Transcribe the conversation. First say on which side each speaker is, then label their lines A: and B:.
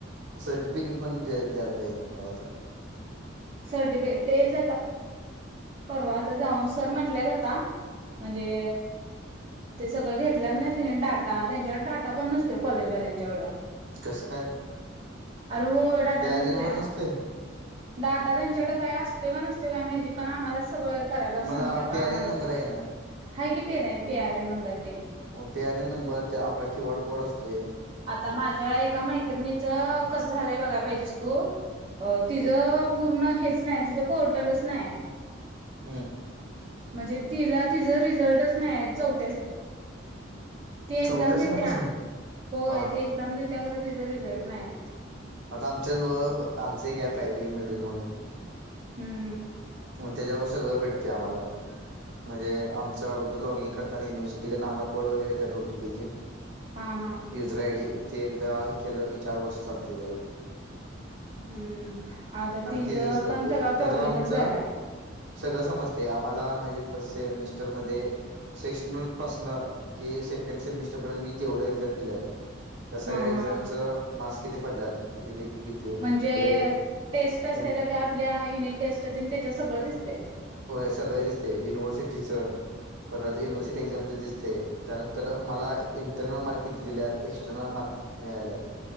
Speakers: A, on the right; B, on the right.
A: सर्टिफिकेट पण द द्यायला पाहिजे तुम्हाला आता,
B: सर्टिफे तेच परवा जाऊन सर म्हटल्या आ म्हणजे ते सगळं घेतलंच नाही डाटा त्यांच्या डाटा पण नसतो कॉलेजवाल्यांच्याकडं
A: कस काय?
B: अरे हो डाटा
A: पी आर
B: नसतो
A: एन
B: या
A: वर नसतंय.
B: डाटा त्यांच्याकडे काय असतो का नसतो काय माहिती पण आम्हाला, सगळं कराय
A: तुम्हाला
B: सांगत आम्हालाच
A: पी आर एन नंबर आहे का नाही
B: आहे की प पी आर एन नंबर तेन
A: हो पी आर एन नंबर ते आपला क्यू आर कोड असते.
B: आता माझ्या एका मैत्रिणीच कसं झालंय बघायला पाहिजेस तू अ तिचं पूर्ण हेच नाही तिचं पोर्टलच नाही.
A: हम्म
B: म्हणजे तिला तिझ रिझल्टच नाही. कात त एम
A: चौथ्या
B: देत.
A: सेमपासून
B: <inaudible> होय
A: हा
B: ती एक्झाम द त्या खर तिच रिझल्ट नाही आहेत
A: आता आमच्याच व आमच एक ऍप आहे वही मिडल म्हणून-
B: हम्म
A: मग त्याच्यावर सगळं भेटते आम्हाला म्हणजे आमच अगदर लॉगिंग करताना युनवर्सिटी कडे ना आम कोड वगैरे येतात ओटीपीचे
B: हा हा
A: युजर आयडी ते एकदा हे केलं की चार वर्ष चालते त्याच्या
B: हम्म आता तिचं
A: तेच युज करते
B: पण सगळा
A: त्याच्यावर
B: प्रॉब्लेमच
A: आमचं
B: झालाय.
A: सगळं समजते आम्हाला माझे फर्स्ट सेमिस्टर म सेक्शनल पासना की सेकड सेमिटरर्यंत जेवढ एक्झम दिल्या सगळ्या
B: हा
A: एक्झाम
B: हा
A: मार्क्स किती पडलात. किती बेकी कती
B: म्हणजे
A: ग्रेड
B: टेस्ट असते
A: इंट
B: तर
A: <inaudible>
B: ते आपल्या युनिट टेस्ट त्याच्या सगळं दिसतय.
A: होय, सगळ दिसते युनिव्हर्सिटीच परत युनिव्हर्सिटी एक्झामच दिसते त्यानंतर मला इंटर्नल मार्क किती दिल्यात एक्स्टर्नल मार्क ळाल्यात.